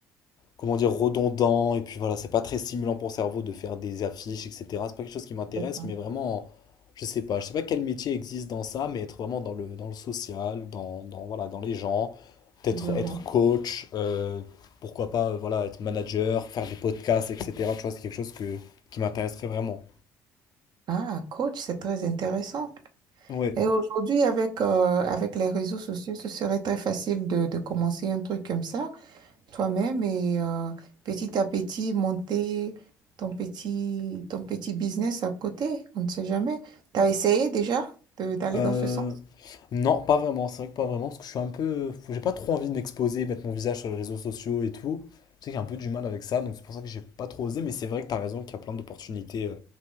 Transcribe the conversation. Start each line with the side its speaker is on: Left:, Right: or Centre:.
Left: comment dire, redondant et puis voilà, c'est pas très stimulant pour le cerveau de faire des affiches, etc. C'est pas quelque chose qui m'intéresse,
Right: C'est ça.
Left: mais vraiment, je sais pas. Je sais pas quel métier existe dans ça, mais être vraiment dans le, dans le social, dans, dans, voilà, dans les gens, peut-être
Right: Je vois.
Left: être coach, euh, pourquoi pas, euh, voilà, être manager, faire des podcasts, etc. Tu vois, c'est quelque chose que, qui m'intéresserait vraiment.
Right: Ah, coach, c'est très intéressant.
Left: Ouais.
Right: Et aujourd'hui, avec, euh, avec les réseaux sociaux, ce serait très facile de, de commencer un truc comme ça toi-même et euh, petit à petit monter ton petit, ton petit business à côté. On ne sait jamais. T'as essayé déjà de- d'aller
Left: Euh,
Right: dans ce sens?
Left: non, pas vraiment. C'est vrai que pas vraiment, parce que je suis un peu. J'ai pas trop envie de m'exposer, mettre mon visage sur les réseaux sociaux et tout. Je sais que j'ai un peu du mal avec ça, donc c'est pour ça que j'ai pas trop osé. Mais c'est vrai que t'as raison qu'il y a plein d'opportunités euh,